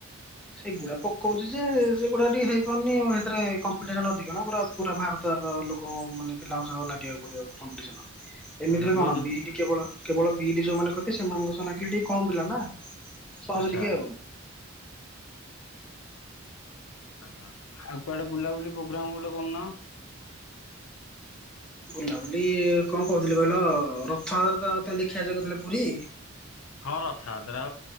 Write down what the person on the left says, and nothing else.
ଆଚ୍ଛା ବହୁତ
ଆଚ୍ଛା
ଆଛା ଆଉ କୁଆଡେ ବୁଲାବୁଲି ପ୍ରୋଗ୍ରାମ ଗୋଟେ କରୁନ।
ହଁ ରଥଆତ୍ରା